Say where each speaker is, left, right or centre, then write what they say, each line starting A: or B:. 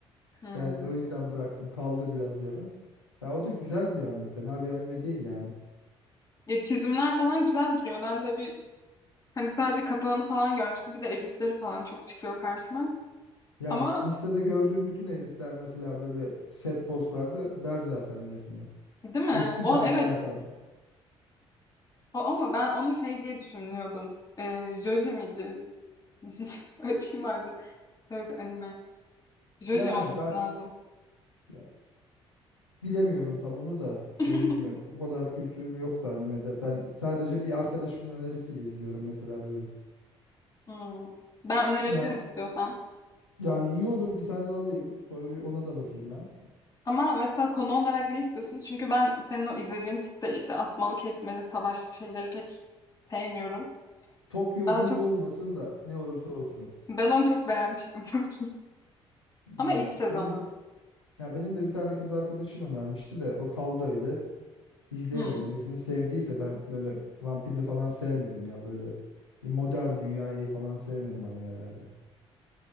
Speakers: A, on the left; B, on the left.
A: Hmm.
B: Yani o yüzden bıraktım. Kaldı biraz yarım. Ya o da güzel bir anime. Fena bir anime değil yani.
A: Ya çizimler falan güzel duruyor. Ben de bir hani sadece kapağını falan görmüştüm. Bir de editleri falan çok çıkıyor karşıma.
B: Ya
A: Ama
B: Insta'da gördüğüm bütün editler mesela böyle set postlarda Berserk animesinden.
A: Değil mi?
B: Eski
A: O
B: Berserk
A: evet
B: anime.
A: O, ama ben onu şey diye düşünüyordum. Ee, Joji miydi? <laughs> Öyle bir şey vardı. Böyle bir anime. Joji
B: Yani
A: olması
B: ga-
A: lazım.
B: ya bilemiyorum tam onu da. Jojimi
A: <laughs>
B: o kadar kültürüm yoktu animede. Ben sadece bir arkadaşımın önerisiyle izliyorum mesela böyle.
A: Hmm. Ben önerebilirim
B: Yani
A: istiyorsan.
B: yani iyi olur bir tane alayım. Sonra bir ona da bakayım ben.
A: Ama mesela konu olarak ne istiyorsun? Çünkü ben senin o izlediğin tipte işte asmalı kesmeli savaşlı şeyleri pek sevmiyorum.
B: Tokyo
A: Daha
B: Ghoul
A: çok
B: olmasın da ne olursa olsun.
A: ben onu çok beğenmiştim. <laughs> Ama
B: Yani
A: ilk sezonu.
B: benim Ya benim de bir tane kız arkadaşım önermişti de o kaldı öyle. İzleyemedim.
A: Hmm.
B: Nesini sevdiyse ben böyle vampirli falan sevmedim ya böyle modern dünyayı falan sevmedim animelerde.